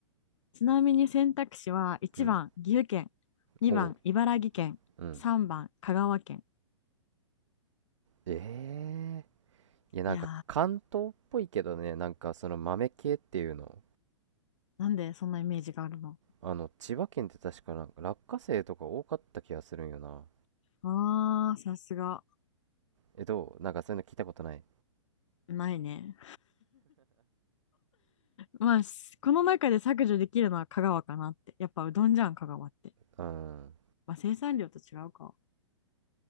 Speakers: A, on the left; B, on the right.
A: ちなみに選択肢は1番岐阜県、
B: うん
A: 2番茨城県、
B: おううん
A: 3番香川県。
B: ええーいやなんか関東っぽいけどねなんかその豆系っていうの
A: いやー、なんでそんなイメージがあるの
B: あの千葉県って確かなんか落花生とか多かった気がするんよな
A: あー、さすが。
B: えどうなんかそういうの聞いたことない
A: ないね。まあ、しこの中で削除できるのは香川かなって。やっぱうどんじゃん、香川って。
B: うん
A: まあ、生産量と違うか。